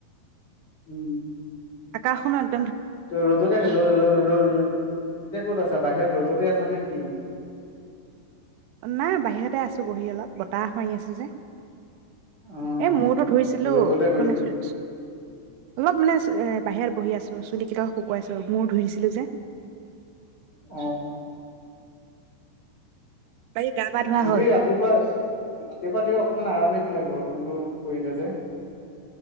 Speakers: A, on the left; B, on the right.
A: উম।
B: আকাশ নত-
A: ত' ৰ'দতে আ - ৰ - ৰ - ৰ এতিয়া ক'ত আছা, বাহিৰত? <unintelligible> আছা নে <unintelligible>
B: নাই বাহিৰতে আছো বহি অলপ বতাহ মাৰি আছে যে।
A: অ
B: এ মূৰটো ধুইছিলোঁ,
A: অ ৰ'দতে গলো।
B: মানে চুলি অলপ মানে- এ বাহিৰত বহি আছো, চুলি কেইদাল শুকুৱাইছো। মূৰ ধুইছিলোঁ যে।
A: অ অ
B: বাকী গা পা ধোৱা
A: আজি
B: হ'ল
A: ৰাতিপুৱা - ৰাতিপুৱা তেওঁ অকমান আৰামে ছিলে বৰষুণটো পৰিলে যে-